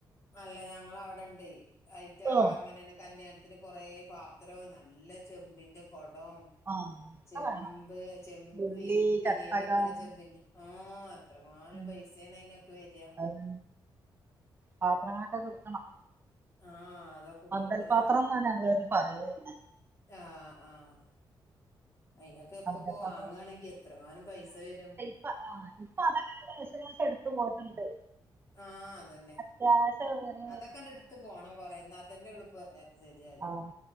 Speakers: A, on the left; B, on the right.
A: അല്ല ഞങ്ങ അവിടെണ്ട് അയിറ്റ
B: ആഹ്
A: അങ്ങനെ കല്യാണത്തിന് കൊറെ പാത്രവും നല്ല ചെമ്പിന്റെ കുടവും
B: ആഹ് ഒക്കെ
A: ചെമ്പ്
B: വേണം
A: ചെമ്പ്
B: ഉരുളി
A: ഈ ബിരിയാണി
B: ചട്ടകം
A: വെക്കണ ചെമ്പിന്റെ ആഹ് എത്രങ്ങാനു
B: ഉം
A: പൈസേണ് അയിനൊക്കെ വരാ.
B: അത് പാത്രങ്ങളൊക്കെ കൊടുക്കണം.
A: ആഹ് അതൊക്കെ
B: പന്തൽപാത്രം
A: കൊടുക്കണാണാ
B: എന്നാണ് ഞങ്ങള് പറയലെനെ.
A: ആഹ് ആഹ് അതിനൊക്കെ ഇപ്പൊക്ക
B: പന്തൽ
A: വാങ്ങുകയാണെങ്കിൽ
B: പാത്രം
A: എത്രങ്ങാനം പൈസ വരും.
B: ഇപ്പെ ആ ഇപ്പൊ അതൊക്കെ ഏകദേശം എടുത്തുകാണ്ട് പോകുന്നുണ്ട്.
A: ആഹ് അതന്നെ.
B: ഗ്യാസാണ് തോന്ണ്
A: അതൊക്കെ എടുത്ത് പോകണം കൊറേ എന്നാൽ തന്നെ ഒള്ളു ഇപ്പോ ശരിയാവാ.
B: ആഹ്